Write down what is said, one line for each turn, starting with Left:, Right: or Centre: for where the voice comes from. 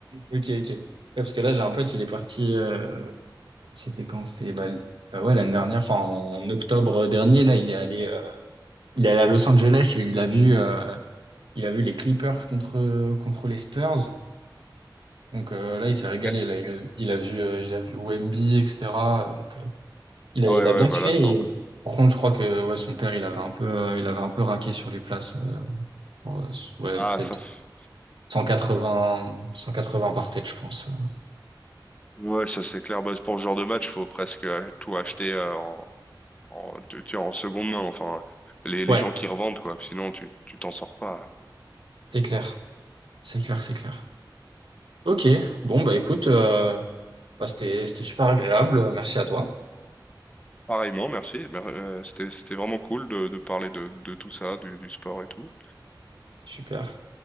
Right: Ok, ok. Ouais, parce que là, j'ai un pote, il est parti. euh, C'était quand? C'était bah, euh, ouais, l'année dernière, enfin en octobre dernier, là, il est allé, euh, il est allé à Los Angeles et il a vu, euh, il a vu les Clippers contre, contre les Spurs. Donc euh, là, il s'est régalé.
Left: Ouais,
Right: Là, il a, il a vu, euh, il a vu Wemby, etc. Donc, euh, il
Left: Ah
Right: a,
Left: ouais,
Right: il a
Left: ouais,
Right: bien
Left: bah
Right: kiffé.
Left: là ça
Right: Et,
Left: encore.
Right: par contre, je crois que ouais, son père, il avait un peu, euh, il avait un peu raqué sur les places. euh, pour, euh, ouais,
Left: Ah
Right: peut-être
Left: ça, c'est-
Right: 180, 180 par tête, je pense.
Left: ouais, ça c'est clair. Bah, pour ce genre de match, faut presque euh, tout acheter euh, en, en, tu- tu vois, en seconde main. Enfin, les, les
Right: Ouais,
Left: gens qui revendent quoi. Sinon tu, tu t'en sors pas.
Right: c'est clair, c'est clair, c'est clair. Ok, bon bah écoute. euh, Bah, c'était, c'était super agréable. Merci à toi.
Left: Pareillement, merci. Mer- euh, C'était, c'était vraiment cool de, de parler de, de tout ça, du, du sport et tout.
Right: Super.